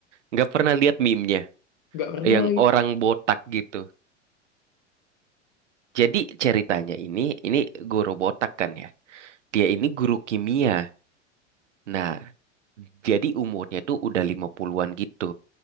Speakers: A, on the right (about 75°); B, on the left (about 50°).
A: Nggak pernah lihat meme
B: nggak pernah
A: yang
B: lagi
A: orang botak gitu. Jadi ceritanya ini, ini guru botak kan ya. Dia ini guru kimia. Nah, jadi umurnya tuh udah 50-an gitu.